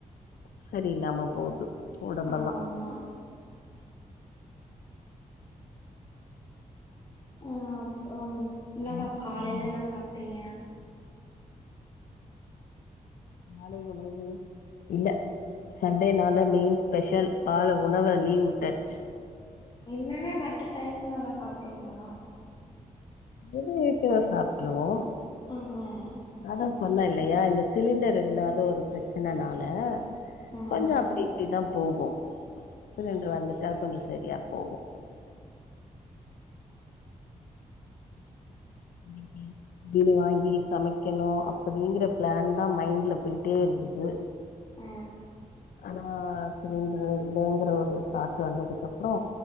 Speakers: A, on the left; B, on the left.
A: சரியில்லாமா போது உடம்பல்லா
B: ஆமா ம் அப்பறம் ன்னா
A: எடுத்து
B: சாப் காலையில
A: சொல்லுங்க
B: ன்னா சாப்ட்டீங்க
A: மாலை உணவு இல்ல சண்டேனால மெயின் ஸ்பெஷல் கால உணவ லீவ் வுட்டாச்சு
B: ன்னாங்க மத்த டைம்லல்ல சாப்ட்டுருவீங்களா
A: எது இருக்கரத சாப்ட்ருவோ
B: ம் ம்
A: அதா சொன்ன இல்லையா இந்த சிலிண்டர் இல்லாத ஒரு பிரச்சனனால
B: ம்
A: கொஞ்சம் அப்டி இப்டிதான் போகு சிலிண்டர்
B: ஓகே
A: வந்துட்டா கொஞ்ச
B: ஓகே
A: சரியா போகு
B: ம்
A: இன்னைக்கி மீனு வாங்கி சமைக்கணு அப்படிங்கிற பிளான் தா மைண்ட்ல போயிட்டே இருந்தது
B: ஆ
A: ஆனா சிலிண்டரு இல்லைங்குற ஒரு தாட்டு வந்ததுக்கப்றோ